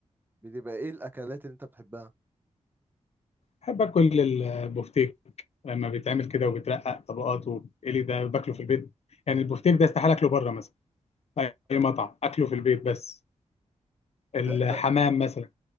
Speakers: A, on the right; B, on the left.
A: بتبقى ايه الاكلات اللي انت بتحبها
B: بحب اكل البوفتيك لما بيتعمل كده وبيترقق طبقات وبيتقلي ده باكله في البيت يعني البوفتيك ده استحاله اكله بره مثلا في اي مطعم اكله في البيت بس الحمام
A: ده ده
B: مثلا